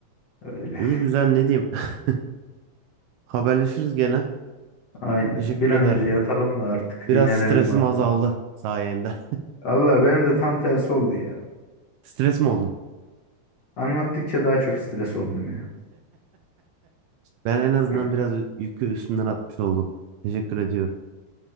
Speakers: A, on the left; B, on the right.
A: Öyle.
B: İyi güzel ne diyeyim. <laughs> Haberleşiriz gene.
A: Aynen.
B: Teşekkür
A: Bir an
B: ederim.
A: önce yatalım da artık
B: Biraz
A: dinlenelim
B: stresim
A: bari.
B: azaldı sayende.
A: Allah benim de tam tersi oldu ya.
B: <laughs> Stres mi oldun?
A: Anlattıkça daha çok stres oldum ya.
B: Ben en azından
A: Heh,
B: biraz yükü üstümden atmış oldum. Teşekkür ediyorum.